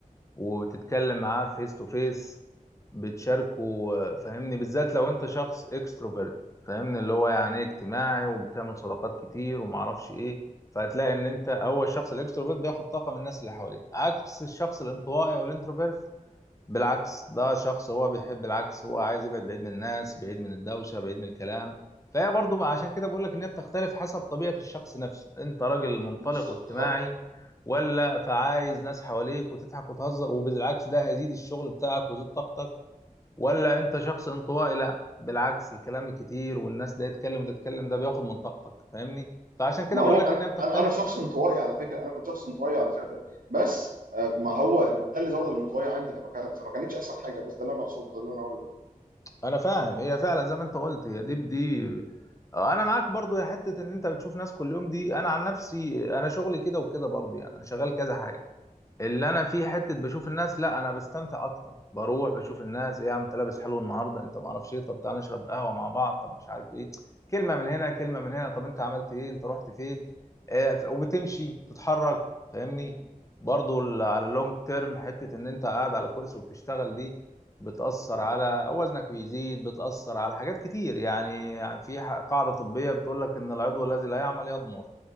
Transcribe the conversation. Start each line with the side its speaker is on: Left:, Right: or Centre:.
Left: وتتكلم معاه فيس تو فيس بتشاركه آه، فاهمني بالذات لو انت شخص اكستروفيرت فاهمني اللي هو يعني إيه اجتماعي وبتعمل صداقات كتير ومعرفش ايه فهتلاقي ان انت هو الشخص الاكستروفيرت بياخد طاقه من الناس اللي حواليه عكس الشخص الانطوائي والانتروفيرت بالعكس ده شخص هو بيحب العكس هو عايز يبعد بعيد من الناس بعيد من الدوشة بعيد من الكلام فهي برضو ما- عشان كده بقول لك انها بتختلف حسب طبيعة الشخص نفسه انت راجل منطلق
Right: بالظبط
Left: واجتماعي
Right: اه
Left: ولا فعايز ناس حواليك وتضحك وتهزر وبالعكس ده هيزيد الشغل بتاعك ويزيد طاقتك ولا انت شخص انطوائي لا بالعكس الكلام الكتير والناس ده يتكلم وده يتكلم ده بياخد من طاقتك فاهمني فعشان كده
Right: ما
Left: بقول
Right: هو انا
Left: لك انها بتختلف
Right: انا انا شخص انطوائي على فكره انا كنت شخص انطوائي على فكره بس آه، ما هو ده اللي زود الانطوائيه عندي فما كان- فما كانتش احسن حاجه بس ده اللي انا اقصده ده اللي انا
Left: انا فاهم هي فعلا زي ما انت قلت هي دي بدي انا معاك برضو يا حته ان انت بتشوف ناس كل يوم دي انا عن نفسي انا شغلي كده وكده برضو يعني انا شغال كذا حاجه اللي انا فيه حته بشوف الناس لا انا بستمتع اكتر بروح بشوف الناس ايه يا عم انت لابس حلو النهارده انت ما اعرفش ايه طب تعالى نشرب قهوه مع بعض طب مش عارف ايه كلمه من هنا كلمه من هنا طب انت عملت ايه انت رحت فين آه ف- وبتمشي تتحرك فاهمني
Right: اقوله
Left: برضو ال- على اللونج تيرم حته ان انت قاعد على كرسي وبتشتغل دي بتاثر على وزنك بيزيد بتاثر على حاجات كتير يعني يعني في ح- قاعده طبيه بتقول لك ان العضو الذي لا يعمل يضمر